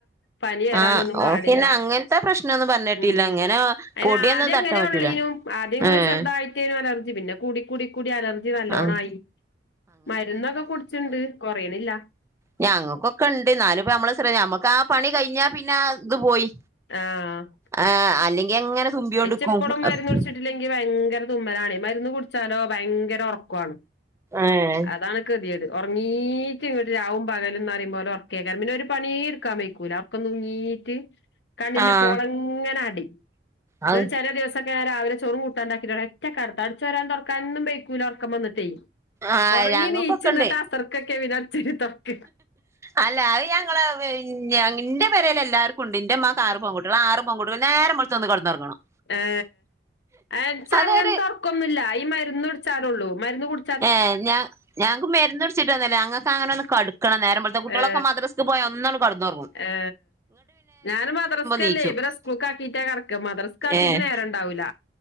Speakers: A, on the left; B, on the right.
A: പനി വരാനൊന്നും
B: ആഹ്
A: പാടില്ല
B: ഓക്കിന്നെ അങ്ങനത്തെ പ്രശ്നൊന്നും പറഞ്ഞിട്ടില്ല
A: ഉം
B: അങ്ങനെ
A: അതിന്
B: പൊടിയൊന്നും
A: ആദ്യം
B: തട്ടാൻ
A: അങ്ങനെ
B: പറ്റൂല
A: ഉളേളനു ആദ്യം ഇങ്ങ
B: ഏഹ്
A: ചെറുതായിട്ട് അലർജി പിന്നെ കൂടി കൂടി കൂടി അലർജി നല്ലോണായി
B: ആഹ്
A: മരുന്നൊക്കെ കുടിച്ചുണ്ട് കുറയണില്ല
B: <inaudible> ഞങ്ങൾക്കൊ ഉണ്ട് എന്നാലും ഇപ്പ നമ്മളെ ശ്ര നമ്മക്ക് ആ പണി കഴിഞ്ഞാ പിന്നെ ഇത് പോയി
A: ആ
B: ആ അല്ലെങ്കിൽ അങ്ങനെ തുമ്മിയോണ്ട്
A: ഇച്ചിപ്പളും
B: നിൽക്കും
A: മരുന്ന് കുടിച്ചിട്ടില്ലെങ്കി ഭയങ്കര തുമ്മലാണ് മരുന്ന് കുടിച്ചാലോ ഭയങ്കര ഉറക്കമാണ്.
B: ഏഹ്
A: അതാണ് കെതിയേഡ് ഉറങ്ങീറ്റ് ഇങ്ങട്ട് രാവും പകലും എന്ന് പറിയുമ്പോലെ ഉറകെകാരം പിന്നെ ഒരു പണിയ എടുക്കാൻ വൈക്കൂല ഉറക്കതൂങ്ങിയിട്ട് കണ്ണിന്റെ
B: ആഹ്
A: പോളങ്ങനെ അടി
B: അത്
A: ഇങ്ങട്ട് ചില ദിവസ രവിലെ ചോറും കൂട്ടാണ്ടാക്കിയിട്ട ഒറ്റ കിടത്ത അടിച്ച് വരാനും തൊടക്കാനും ഒന്നും വെയ്ക്കൂല ഉറക്കം വന്നിട്ട്
B: ആഹ്
A: ഉറങ്ങി
B: ഞങ്ങക്കൊക്കെണ്ട്
A: നീച് അസർക്കക്കെ പിന്നെ അടിച്ചൊരി തുടക്ക
B: അല്ല അത് ഞങ്ങള് എന്റെ പേരില് എല്ലാർക്കുണ്ട് ഇൻ്റെ ഉമ്മാക് ആറ് പെൺകുട്ടികൾ ആ ആറ് പെൺ നേരം വെളുത്ത ഒന്ന് കിടന്നുറങ്ങണം
A: ഏ ഇച്ച
B: അതൊരു
A: അങ്ങനെത്തെ ഒറക്കൊന്നുമില്ല ഈ മരുന്ന് കുടിച്ചാലുള്ളൂ മരുന്ന് കുടു
B: ഏ ഞങ്ങക്ക് മരുന്ന്ടിച്ചിട്ട്ന്നല്ലേ ഞങ്ങ ഇച്ചങ്ങനെന്ന് കടക്കണം കുട്ടികളക്കെ
A: ഏ
B: മദ്രസ പോയ ഒന്നാണ്ട് കടന്നുറങ്ങും
A: ഏ ഞാ മദ്രസ്ക്കല്ലേ
B: നീച്ചും
A: ഇവരെ സ്കൂൾക്ക ആക്കീട്ടാ കടക്ക മദ്രസ് ആാക്കീട്ട്
B: ഏഹ്
A: നേര ഉണ്ടാവൂല്ല